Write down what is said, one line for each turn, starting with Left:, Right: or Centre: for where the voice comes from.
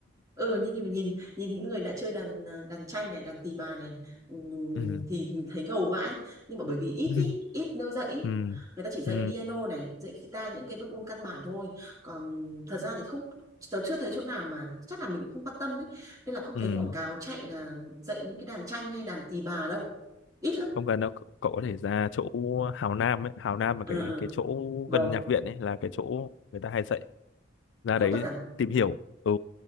Right: ừ nhưng mà nhìn nhìn những người đã chơi đàn à, đàn tranh này đàn tỳ bà này ừm,
Left: ừ
Right: thì, thì mình thấy ngầu vãi nhưng mà bởi vì ít
Left: <laughs>
Right: ý, ít nơi dạy ý.
Left: ừ
Right: người ta chỉ dạy
Left: ừ
Right: piano này dạy guitar những cái bộ môn căn bản thôi còn thật ra thì không tớ chưa thấy chỗ nào mà chắc là mình cũng không quan tâm ấy nên là không
Left: ừ
Right: thấy quảng cáo chạy là dạy những cái đàn tranh hay đàn tỳ bà đâu ít lắm
Left: không cần đâu cậu cậu có thể ra chỗ Hào Nam ấy Hào Nam là
Right: ừ,
Left: cái
Right: ừ.
Left: cái chỗ
Right: rồi
Left: gần nhạc viện ấy là cái chỗ người ta hay dạy ra
Right: có
Left: đấy
Right: tất cả
Left: tìm hiểu ừ